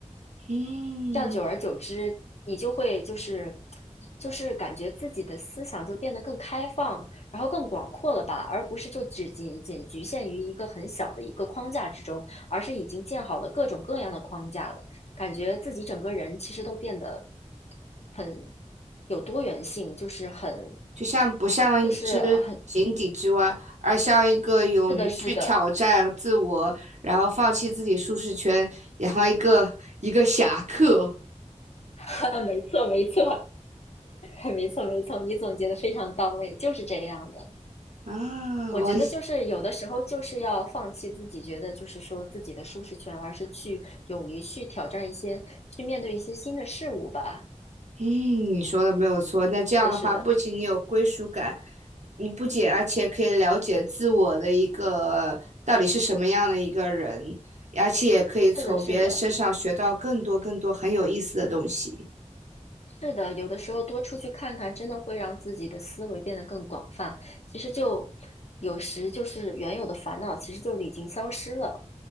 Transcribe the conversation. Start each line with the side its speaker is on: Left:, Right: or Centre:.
Right: 嗯。
Left: 这样久而久之，你就会就是就是感觉自己的思想就变得更开放，然后更广阔了吧，而不是就只仅仅局限于一个很小的一个框架之中，而是已经建好了各种各样的框架了，感觉自己整个人其实都变得很有多元性，就是很
Right: 就像不像一只井底之蛙，
Left: 就是很
Right: 而像一个勇于去挑战自我，
Left: 是的，是的，
Right: 然后放弃自己舒适圈，然后一个一个侠客
Left: <laughs> 没错，没错，<laughs> 没错，没错，你总结的非常到位，就是这样的。
Right: 啊！
Left: 我觉得就是有的时候就是要放弃自己觉得就是说自己的舒适圈，
Right: 我
Left: 而是去勇于去挑战一些，去面对一些新的事物吧。
Right: 嗯，你说的没有错。那这样的话，
Left: 是的，是的，
Right: 不仅你有归属感，你不仅而且可以了解自我的一个到底是什么样的一个人，而且也可以从别人身上学到更多更多很有意思的东西。
Left: 是的，是的，是的。有的时候多出去看看，真的会让自己的思维变得更广泛。其实就有时就是原有的烦恼，其实就已经消失了。